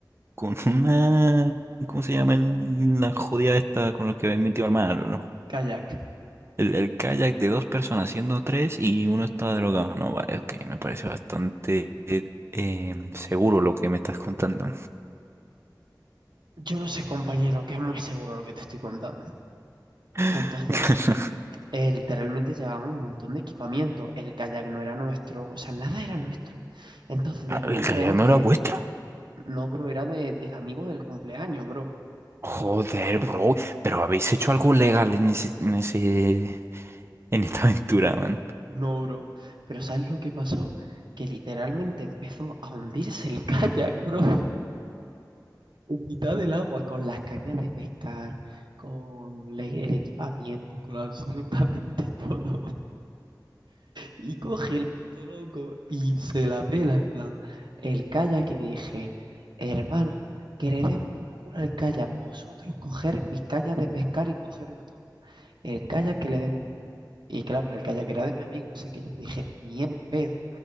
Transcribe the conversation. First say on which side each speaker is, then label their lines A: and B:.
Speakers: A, on the right; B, on the right.
A: Con una... ¿Cómo se llama el- la jodida esta con la que habéis metido al mar? ¿no?
B: kayak.
A: El, el kayak de dos personas siendo tres y uno está drogado. No, vale, ok, me parece bastante eh, eh, seguro lo que me estás contando.
B: Yo no sé, compañero, que es muy seguro lo que te estoy contando.
A: <laughs>
B: Entonces, eh, literalmente llevábamos un montón de equipamiento, el kayak no era nuestro, o sea, nada era nuestro. Entonces,
A: Ah,
B: de repente
A: ¿El kayak
B: vemos
A: no
B: que,
A: era vuestro?
B: no, bro, era de- del amigo del cumpleaños, bro.
A: Joder, bro, pero habéis hecho algo legal en ese, en ese, en esta aventura, man.
B: No, bro. Pero ¿sabes lo que pasó? Que literalmente empezó a hundirse el <laughs> kayak, bro. En mitad del agua, con las cañas de pescar, con le- el equipamiento, con absolutamente <laughs> todo. Y coge el puto loco y se la pela, en plan. El kayak y dije, hermano, que le den por culo el kayak, vosotros coger mis cañas de pescar y cogerlo todo. El kayak que le den por culo. Y claro, el kayak era de mi amigo, así que yo dije, ni en pedo.